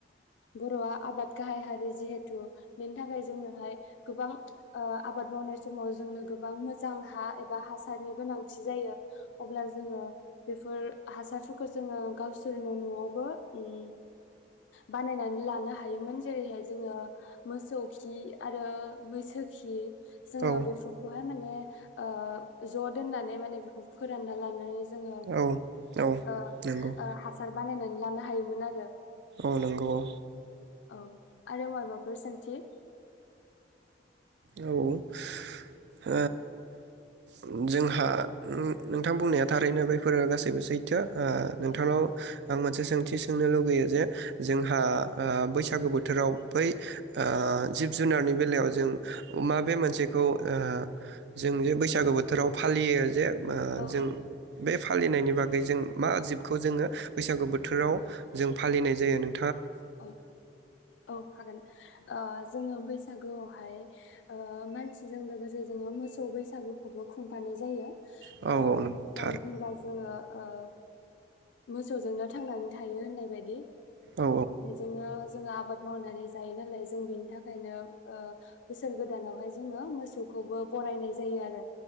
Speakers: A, on the left; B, on the right.
A: बर'आ आबाद गाहाय हारि जिहेथु बेनि थाखाय जोंनोहाय गोबां ओ आबाद मावनाय समाव जोंनो गोबां मोजां हा एबा हासारनि गोनां जायो अब्ला जोङो बेफोर हासारफोरखौ जोङो गावसोरनो न'आवबो उम बानायनानै लानो हायोमोन जेरैहाय जोङो मोसौखि आरो मैसोखि जोङो
B: औ
A: बेफोरखौ माने ओ ज'दोनानै माने बेखौ फोराना लानानै जोङो
B: औ नंगौ औ औ
A: ओ
B: नंगौ
A: ओ हासार बानायनानै लानो हायोमोन आरो
B: औ नंगौ औ
A: औ आरो माबाफोर सोंथि
B: औ औ <unintelligible> जोंहा नोंथां बुंनाया थारैनो बेफोर गासैबो सैथो ओ नोंथांनाव
A: औ
B: आं मोनसे सोंथि सोंनो लुगैयो जे जोंहा
A: औ
B: ओ बैसागो बोथोर बोथोराव बै ओ जिब जुनारनि बेलायाव जों माबे मोनसेखौ ओ जों जे बैसागु बोथोराव फालियो जे बा
A: औ
B: जों
A: औ
B: बे फालिनायनि बागै जों मा जिबखौ जोङो बैसागु बोथोराव जों फालिनाय जायो नों
A: औ औ हागोन ओ जोङो बैसागोआवहाय ओ मानसिजों लोगोसे जोङो मोसौ बैसागुखौबो खुंफानाय जायो
B: औ औ
A: ओ
B: नों थार
A: मानो होनब्ला जोङो ओ मोसौजोंल' थांनानै थायो होननाय बायदि
B: औ
A: बेजोंनो जोङो आबाद मावनानै जायो नालाय जों बेनि थाखाय ओंखायनो ओ बोसोर गोदानावहाय जोङो मोसौखौबो बरायनाय जायो आरो